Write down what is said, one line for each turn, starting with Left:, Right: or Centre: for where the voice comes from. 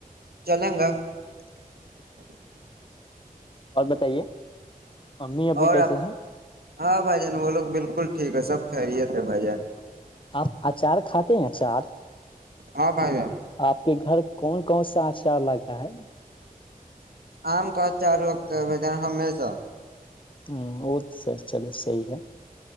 Right: چلیں گا <unintelligible>
Left: اور بتائیے <unintelligible>
Right: اور
Left: کیسے
Right: آپ
Left: ہیں
Right: ہاں بھائی جان وہ لوگ بالکل <unintelligible> بالکل ٹھیک ہے سب خھریے تھے بجن <unintelligible>
Left: آپ اچار کھاتے ہیں اچار
Right: ہاں بھائی جان
Left: آپ کے گھر کون کون سا آچار لگا ہے <unintelligible>
Right: آم کا چار وقت ہے ب ج ہمیشہ
Left: ہ وہ اچھا بس صحی ہے